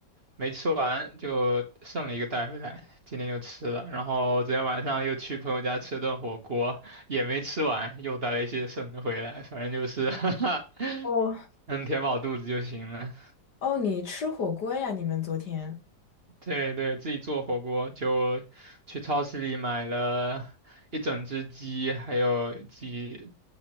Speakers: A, on the right; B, on the left.
A: 没吃完就剩了一个带回来，今天就吃了。然后昨天晚上又去朋友家吃了顿火锅，也没吃完，又带了一些剩的回来。反正就是 <laughs> 哈哈，
B: 哦
A: 能填饱肚子就行了。
B: 哦，你吃火锅呀？你们昨天？
A: 对对，自己做火锅就去超市里买了一整只鸡，还有几